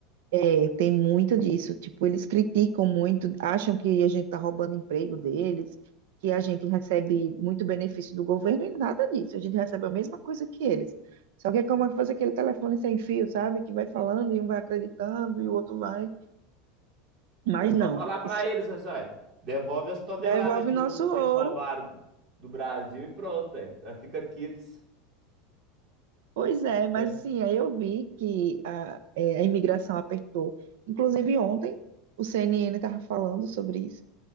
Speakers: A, on the right; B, on the right.
A: É, tem muito disso. Tipo, eles criticam muito, acham que a gente está roubando emprego deles, que a gente recebe muito benefício do governo e nada disso. A gente recebe a mesma coisa que eles. Só que é como se fosse aquele telefone sem fio, sabe? Que vai falando e um vai acreditando e o outro vai. Mas
B: É só
A: não,
B: falar pra
A: isso
B: eles, assim, olha, devolve as toneladas
A: devolve
B: de
A: nosso
B: ouro que
A: ouro.
B: vocês roubaram do Brasil e pronto, aí. Aí Fica quites,
A: Pois é, mas
B: né?
A: assim, aí eu vi que a, é, a imigração apertou. Inclusive ontem, o CNN estava falando sobre isso